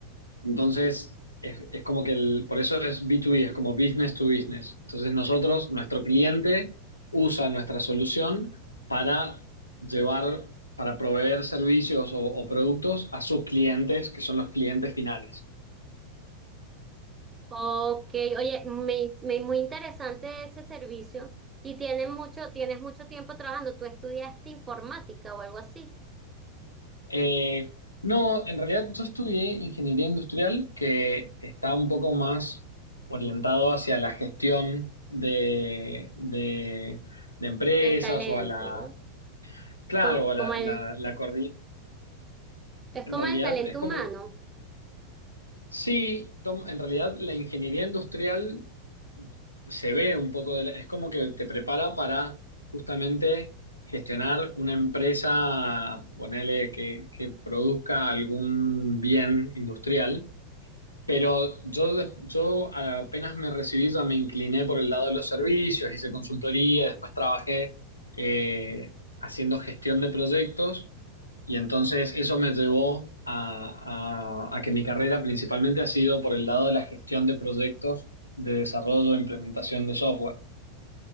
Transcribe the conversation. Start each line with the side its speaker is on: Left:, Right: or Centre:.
Left: Entonces, es, es como que el, por eso es B2B, es como business to business. Entonces, nosotros, nuestro cliente usa nuestra solución para llevar, para proveer servicios o, o productos a sus clientes, que son los clientes finales.
Right: Ok, oye, me, me- muy interesante ese servicio y tienen mucho, tienes mucho tiempo trabajando. Tú estudiaste informática o algo así,
Left: Eh, no, en realidad yo estudié ingeniería industrial, que está un poco más orientado hacia la gestión de, de- de empresas
Right: del talento,
Left: o a la,
Right: ¿no?
Left: claro,
Right: Como,
Left: a
Right: como
Left: la,
Right: el,
Left: la, la coordinación.
Right: es
Left: En
Right: como
Left: realidad
Right: el talento
Left: es como
Right: humano.
Left: que, sí, Tom, en realidad la ingeniería industrial se ve un poco de la- es como que te prepara para justamente gestionar una empresa, ponele que, que produzca algún bien industrial, pero yo, des- yo apenas me recibí ya me incliné por el lado de los servicios, hice consultoría, después trabajé eh, haciendo gestión de proyectos y entonces eso me llevó a, a- a que mi carrera principalmente ha sido por el lado de la gestión de proyectos de desarrollo e implementación de software.